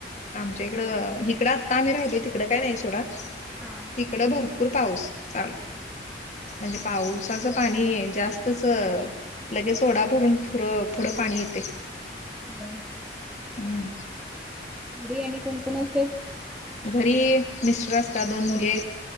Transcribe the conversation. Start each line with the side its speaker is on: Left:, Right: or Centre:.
Left: आमच्या इकडं हिकडं आत्ता आम्ही राहिलो तिकडं काय नाही सोडा
Centre: हा.
Left: तिकड भरपूर पाऊस चाल म्हणजे पाऊस साच पाणी जास्तच लगेच ओडा भरून पुुढं पाणी येते
Centre: हम्
Left: हं
Centre: बिरयाणी कोणकण असत
Left: घरी मिस्टर असतात दोन मुले